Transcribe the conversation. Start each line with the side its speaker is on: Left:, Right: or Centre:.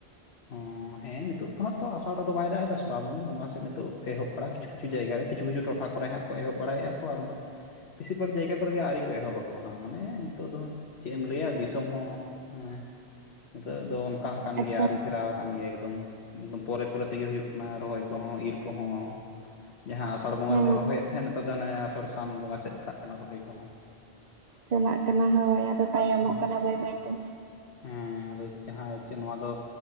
Left: ᱦᱚᱸ ᱦᱮᱸ ᱱᱤᱛᱳᱜ ᱫᱚᱦᱟᱸᱜ ᱛᱚ ᱟᱥᱟᱲ ᱨᱮ ᱫᱚ ᱵᱟᱭ ᱫᱟᱜ ᱮᱫᱟ ᱥᱨᱟᱵᱚᱱ ᱵᱚᱸᱜᱟ ᱥᱮᱫ ᱱᱤᱛᱚᱜ ᱮᱦᱚᱵ ᱵᱟᱲᱟ ᱠᱤᱪᱷᱩ ᱠᱤᱪᱷᱩ ᱡᱟᱭᱜᱟ ᱨᱮ ᱠᱤᱪᱷᱩ ᱠᱤᱪᱷᱩ ᱴᱚᱴᱷᱟ ᱠᱚᱨᱮ ᱦᱟᱸᱜ ᱮᱦᱚᱵ ᱵᱟᱲᱟᱭᱮᱫᱼᱟ ᱠᱚ ᱟᱨ ᱫᱚ ᱵᱮᱥᱤᱨ ᱵᱷᱟᱜᱽ ᱡᱟᱭᱜᱟ ᱠᱚᱨᱮᱜᱮ ᱟᱹᱣᱨᱤ ᱠᱚ ᱮᱦᱚᱵᱼᱟ ᱠᱚ ᱦᱟᱸᱜ ᱢᱟᱱᱮ ᱱᱤᱛᱚᱜ ᱫᱚ ᱪᱮᱫ ᱮᱢ ᱞᱟᱹᱭᱼᱟ ᱫᱤᱥᱚᱢ ᱦᱚᱸ ᱦᱮᱸ ᱱᱤᱛᱚᱜ ᱫᱚ ᱚᱱᱠᱟ ᱦᱟᱠᱟᱱ
Right: ᱟᱫᱚ
Left: ᱜᱮᱭᱟ ᱟᱨᱩᱯᱼᱼ ᱯᱷᱮᱨᱟᱣ ᱟᱠᱟᱱ ᱜᱮᱭᱟ ᱮᱠᱫᱚᱢ ᱯᱚᱨᱮ ᱯᱚᱨᱮ ᱛᱮᱜᱮ ᱦᱩᱭᱩᱜ ᱠᱟᱱᱟ ᱨᱚᱦᱚᱭ ᱠᱚ ᱦᱚᱸ ᱤᱨ ᱠᱚ ᱦᱚᱸ᱾ ᱡᱟᱦᱟᱸ ᱟᱥᱟᱲ ᱵᱚᱸᱜᱟ
Right: ᱦᱮᱸ
Left: ᱨᱮᱵᱚᱱ ᱨᱚᱦᱚᱭᱮᱫ ᱛᱮᱦᱮᱸᱫ ᱱᱮᱛᱟᱨ ᱫᱚ ᱚᱱᱮ ᱟᱥᱟᱲ ᱥᱟᱱ ᱵᱚᱸᱜᱟ ᱥᱮᱫ ᱪᱟᱞᱟᱜ ᱠᱟᱱᱟ ᱨᱚᱦᱚᱭ ᱠᱚ ᱦᱚᱸ᱾
Right: ᱪᱟᱞᱟᱜ ᱠᱟᱱᱟ ᱦᱚᱭ ᱟᱫᱚ ᱛᱟᱭᱚᱢᱚᱜ
Left: ᱦᱮᱸ
Right: ᱠᱟᱱᱟ ᱵᱟᱹᱭ ᱵᱟᱹᱭ ᱛᱮ᱾
Left: ᱦᱮᱸ ᱟᱫᱚ ᱡᱟᱦᱟᱸ ᱪᱮᱫ ᱱᱚᱣᱟ ᱫᱚ